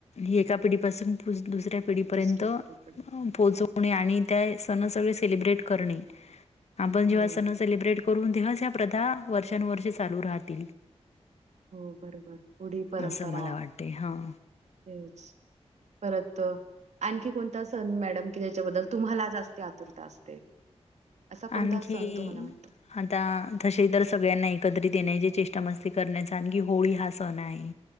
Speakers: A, on the left; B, on the right.
A: ही एका पिढीपासून दुसऱ्या पिढीपर्यंत
B: दुसऱ्याकडेकडे
A: पोहोचवणे आणि त्या सण सळे सेलब्रेट करणे आपण जेव्हा
B: हो
A: आपण सन सेलिब्रेट करून दिवस ह्या प्रथा वर्षानुवर्षे चालू राहतील.
B: हो बरोबर पुढ परंपरा
A: असं मला वाटते हा
B: तेच परत आणखी कोणता सण मॅडम कि, त्याच्याबद्दल तुम्हाला जास्ती आतुरता असते? असा कोणता
A: आणखी
B: सण तुम्हाला वाटतो
A: आता तसे तर सगळ्यांना एकत्रित येण्याचे चेष्टा मस्ती करण्याचा आणखी होळी हा सण आहे,